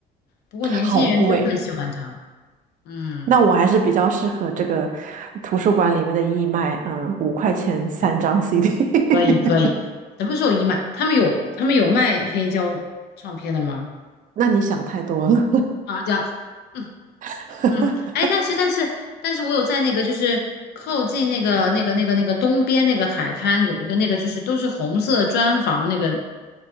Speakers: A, on the left (about 75°); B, on the right (about 50°).
A: 不过年轻人都很喜欢他，
B: 好贵。
A: 嗯，
B: 那我还是比较适合这个图书馆里面的义卖，嗯，五块钱三张
A: 对，
B: CD。
A: 可以可以。
B: <laughs>
A: 什么时候一卖？他们有他们有卖黑胶唱片的吗？
B: 那你想太多了。
A: 好的，嗯
B: <laughs>
A: 嗯。哎，但是但是但是我有在那个就是靠近那个那个那个那个东边那个海滩有一个那个就是都是红色砖房那个